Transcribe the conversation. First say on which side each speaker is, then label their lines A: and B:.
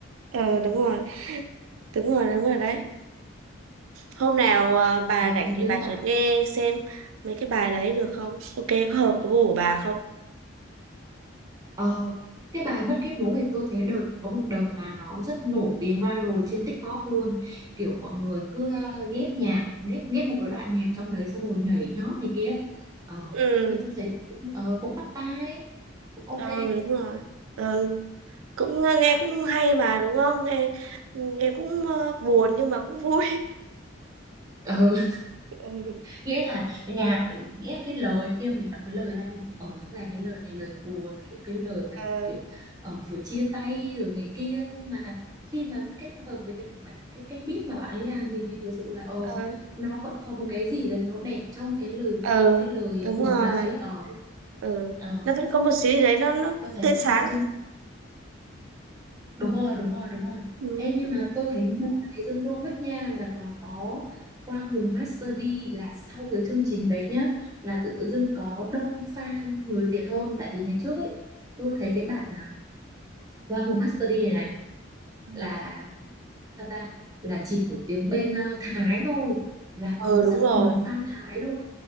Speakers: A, on the right (about 80°); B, on the right (about 15°).
A: ừ, đúng rồi. Đúng rồi, đúng rồi đấy. Hôm nào ờ, bà
B: ờ,
A: rảnh
B: hình
A: thì
B: như
A: bà
B: bạn
A: thử nghe xem mấy cái bài đấy được không? Ok, có hợp với gu của bà không?
B: Ờ, cái bài mất kết nối thì tôi thấy đợt có một đợt mà nó rất nổi tiếng viral trên TikTok luôn kiểu mọi người cứ ờ, ghép nhạc ghép ghép một cái đoạn nhạc trong đấy xong rồi nhảy nhót này kia ờ,
A: Ừ,
B: thì tôi thấy là cũng ờ, cũng bắt tai cũng
A: ừ,
B: ok
A: đúng rồi. Ừ, cũng ờ, nghe cũng hay mà đúng không? Nghe nghe cũng ờ, buồn nhưng mà cũng vui.
B: đấy
A: <laughs> Ừ,
B: nghĩa là nhạc nghĩa là cái lời kia mình đọc cái lời ra mình phải ở là cái lời này lời buồn kiểu cái lời mà
A: ờ,
B: kiểu ờ, vừa chia tay rồi này kia nhưng mà khi mà kết hợp với cái bạn- cái cái beat mà bạn ấy làm thì mình thực sự là ờ
A: ờ,
B: nó vẫn có một cái gì đấy nó đẹp trong cái lời
A: ờ,
B: cái lời
A: đúng
B: buồn
A: rồi.
B: đấy ờ
A: ừ.
B: Ờ,
A: nó vẫn có một xíu đấy nó nó
B: tôi thấy
A: tươi sáng
B: trong cái chương đúng rồi đúng rồi đúng rồi
A: ừ.
B: Ê, nhưng
A: Ừ.
B: mà tôi thấy ngoài Dương Đô Bích nha là còn có Quang Hùng Master đi là sau cái chương trình đấy nhá là tự dưng có đông fan người Việt hơn tại vì ngày trước ấy tôi thấy cái bạn à, Quang Hùng Master đi này này
A: Ừ.
B: là sao ta là chỉ một tiếng bên ờ, Thái thôi là
A: ừ
B: có
A: đúng
B: rất
A: rồi
B: nhiều fan Thái luôn